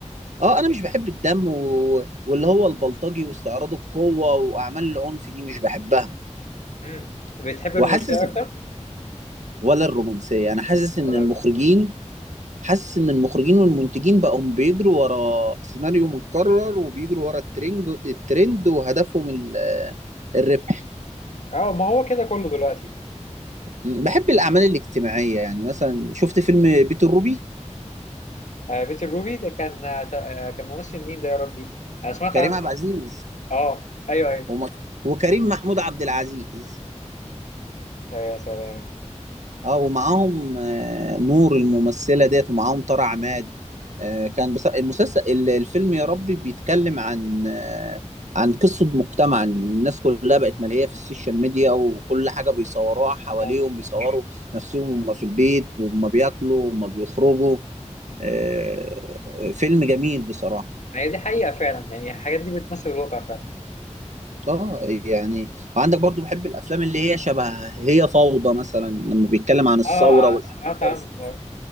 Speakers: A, on the right (about 70°); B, on the left (about 75°).
A: اه انا مش بحب الدم و... واللي هو البلطجي واستعراض القوه واعمال العنف دي مش بحبها
B: امم بتحب الرومانسيه
A: وحاسس
B: اكتر
A: ولا الرومانسيه انا حاسس ان
B: ولا
A: المخرجين
B: الرومانسيه
A: حاسس ان المخرجين والمنتجين بقوا بيجروا ورا سيناريو متكرر وبيجروا ورا الترند الترند وهدفهم ال- الربح
B: اه ما هو كده كله دلوقتي
A: بحب الاعمال الاجتماعيه يعني مثلا شفت فيلم بيت الروبي
B: آه بيت الروبي ده كان آه ت- آه، كان ممثل مين ده يا ربي انا سمعت
A: كريم
B: عنه
A: عبد العزيز
B: اه ايوه ايوه
A: وم- وكريم محمود عبد العزيز
B: آه، يا سلام
A: اه ومعاهم آه، نور الممثلة ديت ومعاهم طارق عماد آه، كان بس المسلسل ال- الفيلم يا ربي بيتكلم عن آه، عن قصة مجتمع إن الناس كلها بقت ملهية في السوشيال ميديا وكل حاجة بيصوروها حواليهم
B: آه.
A: بيصوروا نفسهم وهم في البيت وهم بياكلوا وهم بيخرجوا آه، فيلم جميل بصراحة
B: ما هي دي حقيقه فعلا يعني الحاجات دي بتمثل الواقع فعلا
A: اه يعني وعندك برضو بحب الافلام اللي هي شبه هي فوضى مثلا لما بيتكلم عن الثورة
B: اه
A: والاحداث
B: سمعت عنه ده.